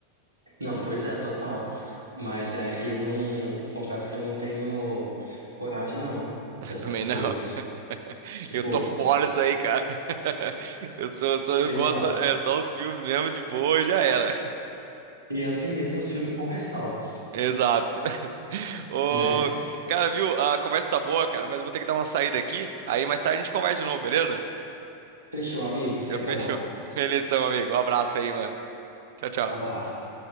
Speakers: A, on the right (about 75°); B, on the right (about 55°).
A: Não, pois é, total. Mas é, eu não. Confesso que eu não tenho coragem, não,
B: <laughs>
A: dessas
B: Também não.
A: coisas.
B: <laughs>
A: Tipo,
B: Eu tô fora disso aí, cara. <laughs> Eu sou, eu sou, eu
A: exato.
B: gosto, é, só os filmes mesmo de boa e já era.
A: E assim mesmo os filmes com ressalvas,
B: Exato. <laughs> Ô,
A: né?
B: cara, viu? A conversa tá boa, cara, mas eu vou ter que dar uma saída aqui. Aí mais tarde a gente conversa de novo, beleza?
A: Fechou, amigo. Sem
B: Então, fechou.
A: problema.
B: <laughs> Beleza, então, amigo. Um abraço aí, mano. Tchau, tchau.
A: Abraço.